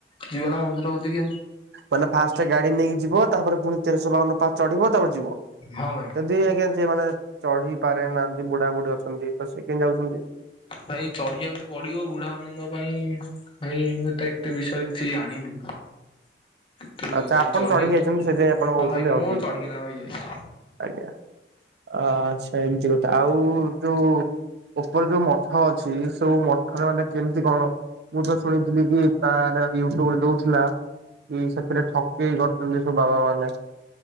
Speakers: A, on the left; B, on the right.
A: ଯିବ ନା ମନ୍ଦିର କତିକି
B: ମାନେ ଫାଷ୍ଟ ଗାଡି ନେଇକି ଯିବ ତାପରେ ପୁଣି ତେରଶହ ବାଉନ ପା ଚଢିବ ତାପରେ ଯିବ।
A: ହଁ ଭାଇ।
B: ଯଦି ଆଜ୍ଞା ଯିଏ ମାନେ ଚଢି ପାରେ ନାହାନ୍ତି ବୁଢା ବୁଢ଼ୀ ଅଛନ୍ତି ତ ସେ କେନ୍ତି ଯାଉଛନ୍ତି?
A: ଭାଇ ଚଢିବାକୁ ପଡିବ ବୁଢାବୁଢ଼ୀଙ୍କ ପାଇଁ ଭାଇ ମୁଁ ତ ଏତେ ବିଷୟରେ କିଛି ଜାଣିନି? କିନ୍ତୁ
B: ଆଚ୍ଛା
A: ଭାଇ
B: ଆପଣ
A: ଚଢିବାକୁ
B: ଚଢିକି ଯାଇଛନ୍ତି
A: ତ
B: ସେଥିନାଇଁ ଆପଣ
A: ହଁ
B: କହୁଛନ୍ତି
A: ଭାଇ ମୁଁ
B: ହଉ ଠିକଠିକ
A: ଚଢିକିନା ଭାଇ ଯାଇଛି
B: ଅଛି ଆଜ୍ଞା। ଆଚ୍ଛା ଏମିତି କଥା ଆଉ ଯୋଉ ଉପରେ ଯୋଉ ମଠ ଅଛି ସେୋଉ ମଠରେ ମାନେ କେମିତି କଣ? ମୁଁ ତ ଶୁଣିଥିଲି କି ତାର ୟୁଟ୍ୟୁବରେ ଦଉଥିଲା କି ସେ ରେ ଠକେଇ କରିଛନ୍ତି ସବୁ ବାବା ମାନେ।